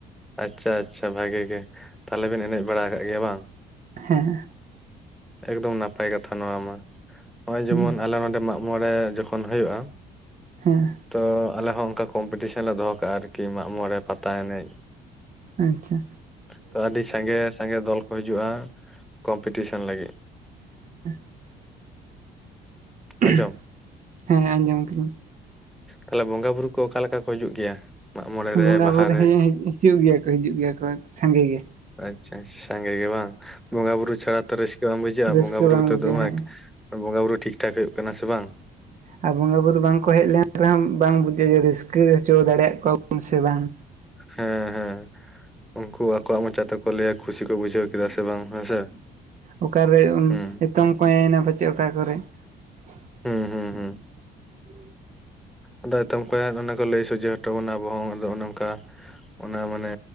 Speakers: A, in the centre; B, on the right.
A: ᱟᱪᱪᱷᱟ ᱟᱪᱪᱷᱟ, ᱵᱷᱟᱜᱤ ᱜᱮ ᱛᱟᱦᱞᱮ ᱵᱮᱱ ᱮᱱᱮᱡ ᱵᱟᱲᱟ ᱟᱠᱟᱜ ᱜᱮᱭᱟ ᱵᱟᱝ᱾
B: ᱦᱮᱸ,
A: ᱮᱠᱫᱚᱢ ᱱᱟᱯᱟᱭ ᱠᱟᱛᱷᱟ ᱱᱚᱣᱟ ᱢᱟ, ᱱᱚᱜᱼᱚᱭ ᱡᱮᱢᱚᱱ
B: ᱦᱮᱸ
A: ᱟᱞᱮ ᱱᱚᱸᱰᱮ ᱢᱟᱜ ᱢᱚᱬᱮ ᱡᱚᱠᱷᱚᱱ ᱦᱳᱣᱳᱜᱼᱟ᱾
B: ᱦᱮᱸ
A: ᱛᱚ ᱟᱞᱮ ᱦᱚᱸ ᱚᱱᱠᱟ ᱠᱚᱢᱯᱤᱴᱤᱥᱮᱱ ᱞᱮ ᱫᱚᱦᱚ ᱠᱟᱜᱼᱟ ᱟᱨᱠᱤ ᱢᱟᱜ ᱢᱚᱬᱮᱸ ᱯᱟᱛᱟ ᱮᱱᱮᱡ᱾
B: ᱟᱪᱪᱷᱟ,
A: ᱛᱚ ᱟᱹᱰᱤ ᱥᱟᱸᱜᱮ ᱥᱟᱸᱜᱮ ᱫᱚᱞ ᱠᱚ ᱦᱤᱡᱩᱜᱼᱟ ᱠᱚᱢᱯᱤᱴᱤᱥᱮᱱ ᱞᱟᱹᱜᱤᱫ᱾
B: <inaudible> <unintelligible>
A: ᱟᱸᱡᱚᱢ
B: ᱦᱮᱸ ᱟᱸᱡᱚᱢ ᱠᱟᱹᱧ
A: ᱛᱟᱦᱞᱮ ᱵᱚᱸᱜᱟ ᱵᱩᱨᱩ ᱠᱚ ᱚᱠᱟ ᱞᱮᱠᱟ ᱠᱚ ᱦᱤᱡᱩᱜ ᱜᱮᱭᱟ? ᱢᱟᱜ ᱢᱚᱬᱮ ᱨᱮ
B: ᱵᱚᱸᱜᱟ
A: ᱵᱟᱦᱟ
B: ᱵᱩᱨᱩ
A: ᱨᱮ
B: ᱦᱮᱸ ᱦᱮᱸ ᱦᱤᱡᱩᱜ ᱜᱮᱭᱟ ᱠᱚ ᱦᱤᱡᱩᱜ ᱜᱮᱭᱟ ᱠᱚ ᱦᱮᱸ ᱥᱟᱸᱜᱮ ᱜᱮ᱾
A: ᱟᱪᱪᱷᱟ ᱥᱟᱸᱜᱮ ᱜᱮ ᱵᱟᱝ, ᱵᱚᱸᱜᱟ ᱵᱩᱨᱩ ᱪᱷᱟᱲᱟ ᱛᱚ ᱨᱟᱹᱥᱠᱟᱹ ᱵᱟᱝ ᱵᱩᱡᱷᱟᱹᱜᱼᱟ
B: ᱨᱟᱹᱥᱠᱟᱹ
A: ᱵᱚᱸᱜᱟ ᱵᱩᱨᱩ
B: ᱵᱟᱝ
A: ᱛᱚ
B: ᱵᱩᱡᱷᱟᱹᱜᱼᱟ
A: ᱫᱚᱢᱮ
B: ᱦᱮᱸ
A: ᱵᱚᱸᱜᱟᱼᱵᱩᱨᱩ ᱴᱷᱤᱠ ᱴᱷᱟᱠ ᱦᱳᱭᱳᱜ ᱠᱟᱱᱟ ᱥᱮ ᱵᱟᱝ,
B: ᱟᱨ ᱵᱚᱸᱜᱟ ᱵᱩᱨᱩ ᱵᱟᱝ ᱠᱚ ᱦᱮᱡ ᱞᱮᱱ ᱨᱮᱦᱚᱸ ᱵᱟᱝ ᱵᱩᱡᱟᱹᱜ-ᱟ ᱨᱟᱹᱥᱠᱟᱹ ᱦᱚᱪᱚ ᱫᱟᱲᱮᱭᱟᱜ ᱠᱚᱣᱟ ᱵᱚᱱ ᱥᱮ ᱵᱟᱝ᱾
A: ᱦᱮᱸ ᱦᱮᱸ ᱩᱱᱠᱩ ᱟᱠᱚᱣᱟᱜ ᱢᱚᱸᱪᱟ ᱛᱮᱠᱚ ᱞᱟᱹᱭᱟ ᱠᱩᱥᱤ ᱠᱚ ᱵᱩᱡᱷᱟᱹᱣ ᱠᱮᱫᱟ ᱥᱮ ᱵᱟᱝ ᱦᱮᱸᱥᱮ᱾
B: ᱚᱠᱟ ᱨᱮ
A: ᱦᱩᱸ
B: ᱮᱛᱚᱢ ᱠᱚᱸᱭᱮ ᱮᱱᱟ ᱯᱟᱪᱮᱫ ᱚᱠᱟ ᱠᱚᱨᱮ, <inaudible>
A: ᱦᱩᱸ ᱦᱩᱸ ᱦᱩᱸ ᱟᱫᱚ ᱮᱛᱚᱢ ᱠᱚᱭᱟ ᱚᱱᱟ ᱠᱚ ᱞᱟᱹᱭ ᱥᱚᱡᱷᱮ ᱦᱚᱸᱴᱚ ᱵᱚᱱᱟ ᱚᱱᱟ ᱦᱚᱸ ᱟᱫᱚ ᱚᱱᱮ ᱱᱚᱝᱠᱟ ᱚᱱᱟ ᱢᱟᱱᱮ